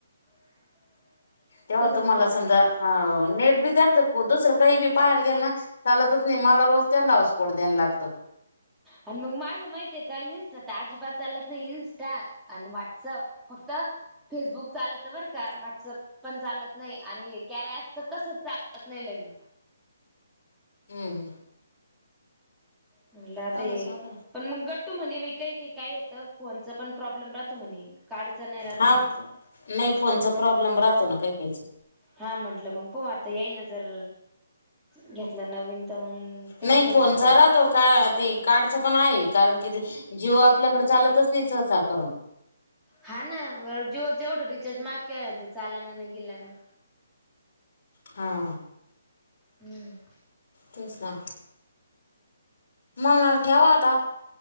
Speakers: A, in the centre; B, on the left.
A: <unintelligible>
B: तेव्हा तुम्हाला
A: कर
B: समजा अ नेट बी त्या दुसरं काही बी पाहायला गेल ना चालतच नाही मला रोज त्यांंना हॉटस्पॉट द्यायला लागतं.
A: आणि मग माझं माहिती आहेय का इंस्टा त अजिबात चालत नाही इनस्टा आणि व्ह्हाट्सअप फक्त फेसबुक चालत बर का व्हॉट्सअप पण चालत नाही आणि कॅरफ तर कस चालत नाही लगेन
B: हम् हम्
A: म्हणलं
B: कोणाचा
A: तर
B: आला
A: पण मग गट्टू म्हणे बा काही काय होतं फोनच पण प्रॉब्लेम राहतो म्हणे. कार्डच नाही राहात
B: हा
A: म्हणे.
B: नाही फोनचा प्रॉब्लेम राहतो ना काही- काहीच
A: हा म्हटलं मग प आता येई न जर घेतला नवीन तर मग त्यांच
B: नाही
A: घेऊन
B: फोनचा
A: पाहिन
B: रहा तो का ते कार्डच पण आहे कारण की जिओ आपल्याकडे चालतच नाही सहसा करून.
A: हा ना बरं जिओच एवढं रिचार्ज महाग केला ते चालाना ना गेला ना.
B: हा
A: हम्म
B: तेच ना मग ठेवा आता.